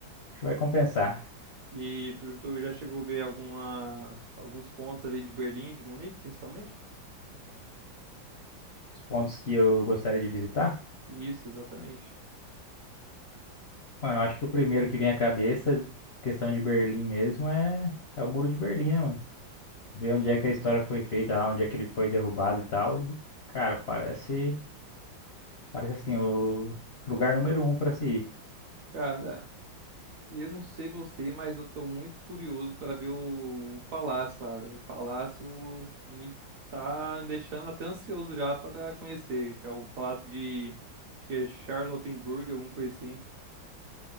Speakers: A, on the left; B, on the right.
A: que vai compensar.
B: E tu, tu já chegou a ver alguma, alguns pontos ali de Berlim, de Munique, principalmente?
A: Os pontos que eu gostaria de visitar.
B: Isso, exatamente.
A: Mano, eu acho que o primeiro que vem à cabeça, questão de Berlim mesmo, é, é o Muro de Berlim, né, mano? Ver onde é que a história foi feita lá, onde é que ele foi derrubado e tal. Cara, parece, parece assim, o lugar número um pra se ir.
B: Cara, eu não sei você, mas eu tô muito curioso para ver o, o palácio lá, velho. O palácio me tá deixando até ansioso já para conhecer, que é o palácio de, acho que é Charlottenburg, alguma coisa assim.